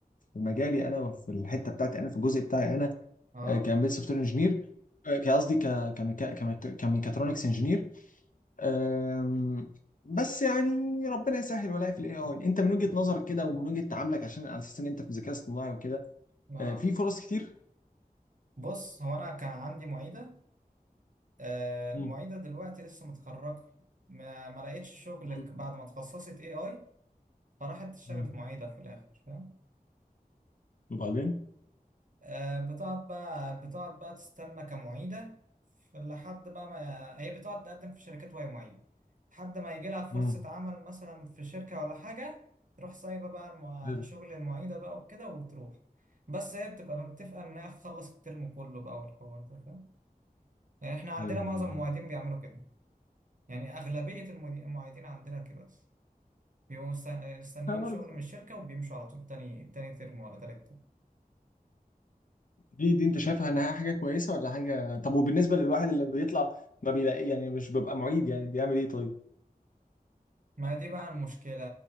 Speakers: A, on the left; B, on the right.
A: في مجالي انا وفي الحته بتاعتي انا في الجزء بتاعي انا
B: اه
A: كمبيوتر سوفت وير انجينير قصدي ك- كميكا- كميكا- كميكاترونكس انجينير أم، بس يعني ربنا يسهل ولاقي في الاي اي انت من وجهة نظرك كده ومن وجهة تعاملك عشان على اساس ان انت في الذكاء الاصطناعي وكده
B: اه
A: أه، في فرص كتير
B: بص هو انا كان عندي معيدة آه
A: مم.
B: معيدة دلوقتي لسه متخرجة ما, ما لقيتش شغل
A: مم.
B: بعد ما اتخصصت اي اي فراحت اشتغلت
A: مم.
B: معيدة في الاخر فاهم
A: وبعدين
B: آه، بتقعد بقى بتقعد بقى تستنى كمعيدة ف- لحد بقى ما هي بتقعد تقدم في شركات وهي معيدة لحد ما يجي لها فرصة
A: مم.
B: عمل مثلا في شركة ولا حاجة تروح سايبة بقى المع...
A: حلو.
B: شغل المعيدة بقى وكده وتروح بس هي بتبقى متفقة إنها تخلص الترم كله بقى والحوار ده فاهم يعني إحنا عندنا
A: ايوه
B: معظم
A: ايوه
B: المعيدين
A: ايوه
B: بيعملوا كده يعني أغلبية المدي- المعيدين عندنا كده أصلا بيبقوا مست- مستنيين
A: أنا برضه.
B: شغل من الشركة وبيمشوا على طول تاني تاني ترم ولا تالت
A: دي دي انت شايفها انها حاجة كويسة ولا حاجة طب وبالنسبة للواحد اللي بيطلع ما بيلاقي يعني مش بيبقى معيد يعني بيعمل ايه طيب
B: ما دي بقى المشكلة